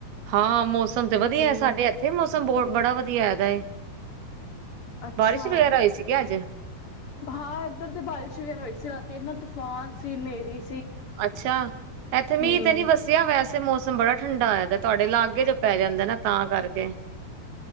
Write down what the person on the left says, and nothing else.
ਹੂੰ
ਅੱਛਾ,
ਹਾਂ ਇੱਧਰ ਤੇ ਬਾਰਿਸ਼ ਵਗੈਰਾ ਹੋਈ ਸੀ ਰਾ ਤੀ ਨਾ ਤੂਫਾਨ ਸੀ ਨੇਰੀ
ਹਮ